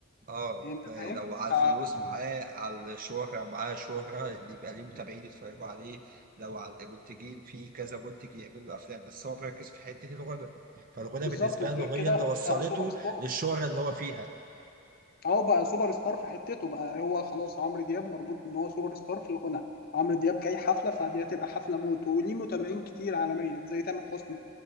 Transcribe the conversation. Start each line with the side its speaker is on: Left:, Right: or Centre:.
Right: اه
Left: انت فاهم
Right: لو على
Left: ف
Right: الفلوس معاه على الشهرة معاه شهرة اللي يبقى ليه متابعين يتفرجوا عليه لو على المنتجين في كذا منتج يعملوا أفلام بس هو مركز في حتة الغنى فالغنى
Left: بالظبط
Right: بالنسبة
Left: وغير
Right: له هي
Left: كده
Right: اللي وصلته
Left: فبقى سوبر ستار
Right: للشهرة اللي هو فيها
Left: اهو بقى سوبر ستار في حتته بقى هو خلاص عمرو دياب مربوط ان هو سوبر ستار في الغنى عمرو دياب جاي حفله فدي هتبقى حفله موت وليه متابعين كتير عالميا زي تامر حسني